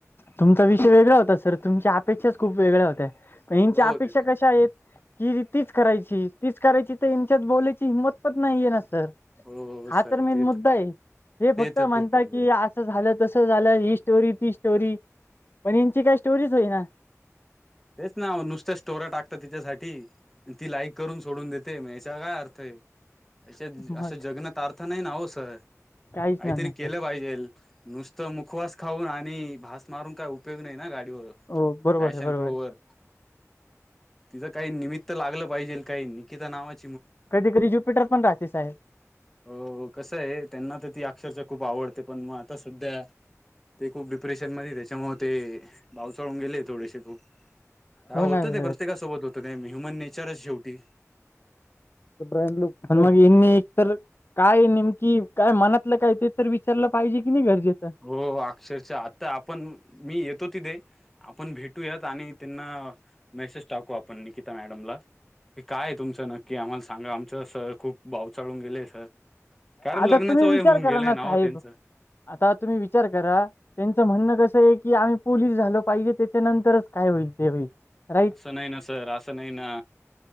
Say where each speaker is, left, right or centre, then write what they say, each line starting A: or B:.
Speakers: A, on the left; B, in the centre.
A: तुमचा वेगळा होता सर तुमच्या अपेक्षाच खूप वेगळ्या होत्या पण यांच्या
B: हो
A: अपेक्षा
B: ते तर आहे
A: कशा आहेत कि तीच करायची तीच करायची तर यांच्यात बोलायची हिंमत पण नाहीये ना सर
B: हो
A: हा
B: सर
A: तर मेन
B: ते
A: मुद्दा आहे हे
B: ते
A: फक्त
B: तर
A: म्हणता
B: खूप अवघड
A: की
B: आहे
A: अस झालं तस झालं ही स्टोरी ती स्टोरी पण यांची काय स्टोरीच होईना
B: तेच ना वो नुसत्या स्टोऱ्या टाकतात तिच्यासाठी ती लाईक करून सोडून देते मग याचा काय अर्थ आहे याच्या
A: मग
B: असं जगण्यात अर्थ आ नाही ना हो सर
A: काहीच
B: काहीतरी
A: नाही ना सर
B: केलं पाहिजेल. नुसतं मुखवास खाऊन आणि भास मारून काय उपयोग नाही ना गाडीवर
A: हो बरोबर
B: फॅशन
A: आहे बरोबर
B: प्रोवर
A: आहे.
B: तिचं काही निमित्त लागलं पाहिजे काही निकिता नाव आहे तिचं.
A: कधी कधी्युपिटर पण राहते साहेब
B: हो कसं आहे त्यांना तर ती अक्षरशः खूप आवडते पण मग आता सध्या ते खूप डिप्रेशनमध्येध त्याच्यामुळ ते भाव चळून गेले थोडेसे खूप काय
A: हो
B: होतं
A: ना सर
B: ते प्रत्येकासोबत होतं ते ह्युमन नेचरच शेवटी
A: ब्रईंड लुकण मग इनीत. काय नेमकी काय मनातलं काय ते तरी विचारलं पाहिजे कि नाही गरजेचं.
B: हो अक्षरश आत्ता आपण मी येतो तिथे आपण भेटूयात आणि त्यांना मेसेज टाकू आपण निकिता मॅडमला काय तुमचं नक्की आम्हाला सांगा आमचं सर खूप भाव चळून गेलेय सर. कारण
A: आता
B: लग्नाचं
A: तुम्ही
B: वय
A: विचार
B: होऊन
A: करा
B: गेलंय
A: ना
B: नव
A: साहेब
B: त्यांचं
A: आता तुम्ही विचार करा त्यांचं म्हणणं कसं आहे की आम्ही पोलीस झाल पाहिजे त्याच्यानंतरच काय होईल ते होईल राईट
B: सन आहे ना सर अस नाही ना.